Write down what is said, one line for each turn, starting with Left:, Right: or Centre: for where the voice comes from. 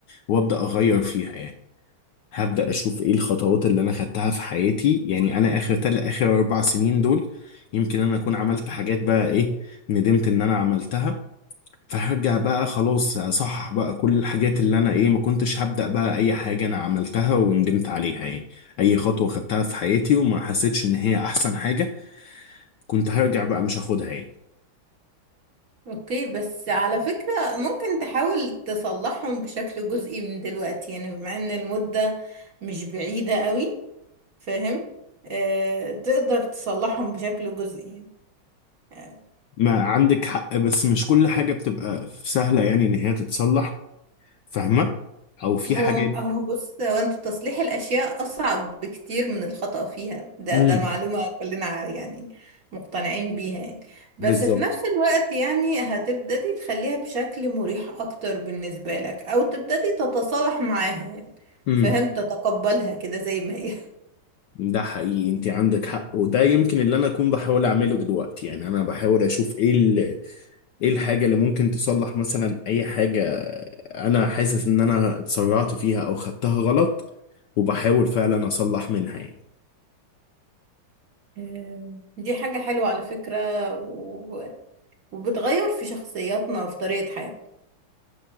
Left: وابدا اغير فيها يعني هبدأ أشوف إيه الخطوات اللي أنا خدتها في حياتي يعني أنا آخر تل آخر أربع سنين دول يمكن أنا أكون عملت حاجات بقى إيه ندمت إن أنا عملتها فهرجع بقى خلاص أصحح بقى كل الحاجات اللي أنا إيه ما كنتش هبدأ بقى أي حاجة أنا عملتها وندمت عليها يعني أي خطوة خدتها في حياتي وما حسيتش إن هي أحسن حاجة كنت هرجع بقى مش هاخدها يعني
Right: اوكي بس على فكرة ممكن تحاول تصلحهم بشكل جزئي من دلوقتي يعني بما ان المدة مش بعيدة قوي فاهم آه تقدر تصلحهم بشكل جزئي يعني
Left: ما عندك حق بس مش كل حاجة بتبقى سهلة يعني إن هي تتصلح فاهمة أو في
Right: هو
Left: حاجات
Right: هو بص هو انت تصليح الاشياء اصعب بكتير من الخطأ فيها ده
Left: امم
Right: ده معلومة كلنا ع- يعني مقتنعين بيها يعني بس
Left: بالظبط
Right: في نفس الوقت يعني هتبتدي تخليها بشكل مريح اكتر بالنسبة لك او تبتدي تتصالح معاها يعني
Left: مم.
Right: فاهم تتقبلها كده زي ما هي
Left: ده حقيقي انت عندك حق وده يمكن اللي انا اكون بحاول اعمله دلوقتي يعني انا بحاول اشوف ايه ال... ايه الحاجه اللي ممكن تصلح مثلا اي حاجه انا حاسس ان انا اتسرعت فيها او خدتها غلط وبحاول فعلا اصلح منها يعني
Right: آه، دي حاجة حلوة على فكرة و... وبتغير في شخصياتنا وفي طريقة حياتنا